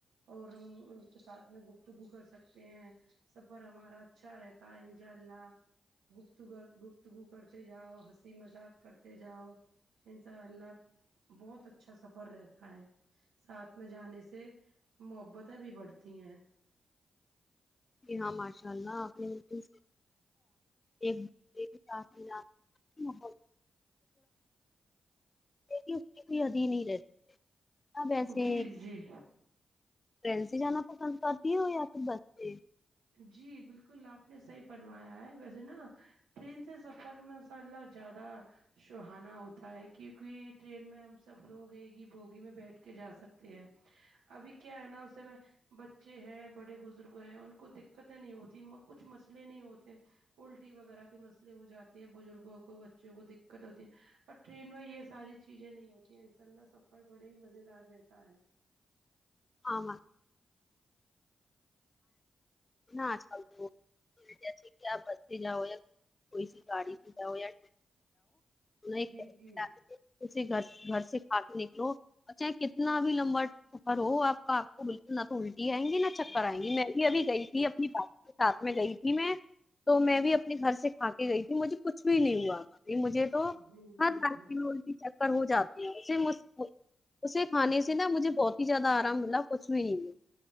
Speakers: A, on the right; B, on the left.
A: اور ہم ان کے ساتھ میں گفتگو کر سکتے ہیں سفر ہمارا اچھا رہتا ہے انشاء اللہ گفتگو گفتگو کرتے جاؤ ہنسی مذاق کرتے جاؤ ان شاء اللہ بہت اچھا سفر رہتا ہے ساتھ میں جانے سے محبتیں بھی بڑھتی ہیں
B: جی ہاں ماشاء اللہ آپ نے بلکل صحیح فرمایا <unintelligible> <unintelligible> کوئی ادھی نہیں رہتے اب ایسے
A: جی جی
B: ٹرین سے جانا پسند کرتی ہو یا پھر بس سے
A: جی بالکل آپ نے صحیح فرمایا ہے ویسے نا ٹرین سے سفر مسالہ زیادہ سہانا ہوتا ہے کیونکہ ٹرین میں ہم سب لوگ ایک ہی بوگی میں بیٹھ کے جا سکتے ہیں ابھی کیا ہے نا اسے میں بچے ہیں بڑے بزرگ ہیں ان کو دکھ قتیں نہیں ہوتی کچھ مسئلے نہیں ہوتے الٹی وغیرہ کے مسئلے ہو جاتے ہیں بزرگوں کو بچوں کو دقت ہوتی ہے ٹرین میں یہ ساری چیزیں نہیں ہوتی ہیں ماشاءاللہ سفر بڑے ہی مزے دار رہتا ہے
B: آ م آج کل تو جسے کہ آپ بس سے جاؤ یا کوئی گاڑی سے جاؤ یا ٹ <unintelligible>
A: جی جی
B: گھر سے کھا کے نکلو اچھا کتنا بھی لمبا سفر ہو آپ کا آپکو بالکل نہ تو الٹی آئیں گی نہ
A: جی
B: کرئیں گی میں بھی ابھی گئی تھی اپنی باجی کے ساتھ میں گئی تھی میں تو میں بھی اپنے گھر سے کھا کے گئی تھی مجھے کچھ بھی نہیں ہوا کی مجھے تو ہر
A: جی جی
B: ہالک
A: جی
B: الٹی چکر ہو جاتی ہے اسے م اسے کھانے سے نہا مجھے بہت ہی زیادہ آرام ملا کچھ بھی نہیں ہوا